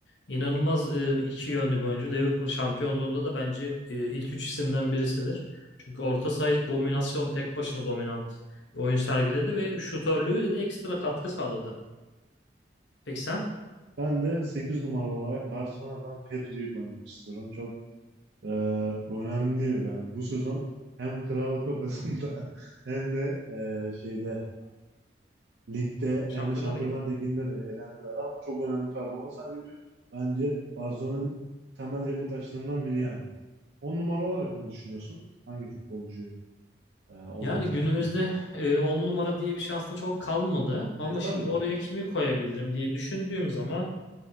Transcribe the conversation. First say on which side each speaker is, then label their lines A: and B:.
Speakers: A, on the left (about 85°); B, on the right (about 65°).
A: İnanılmaz e, iki yönlü bir oyuncu. Liverpool'un şampiyonluğunda da bence e, ilk üç isimden birisidir. Çünkü orta sayı dominasyon tek başına dominant oyun sergiledi ve şutörlüğüyle de ekstra katkı sağladı. Peki sen?
B: Ben de 8 numara olarak Barcelona'dan Pedri'yi koymak istiyorum. Çok e, önemli yani bu sezon hem Kral Kupası'nda <laughs> hem de e, şeyde ligde
A: Şampiyonlar
B: hem de Şampiyonlar
A: gibi.
B: Ligi'nde de elendiler ama çok önemli performans sergiliyor. Bence Barcelona'nın temel yapı taşlarından biri yani. on numara olarak ne düşünüyorsun? Hangi futbolcuyu e, oynatırsın?
A: Yani günümüzde 10 numara diye bir şey aslında çok kalmadı.
B: E,
A: Ama
B: tabii.
A: şimdi oraya kimi koyabilirim diye düşündüğüm zaman